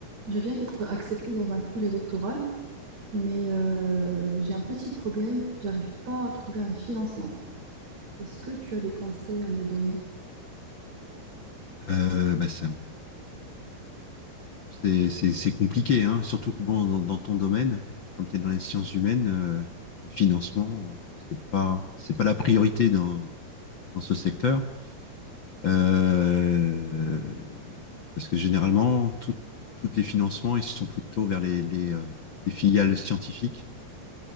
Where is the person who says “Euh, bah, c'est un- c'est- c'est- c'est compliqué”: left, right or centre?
Left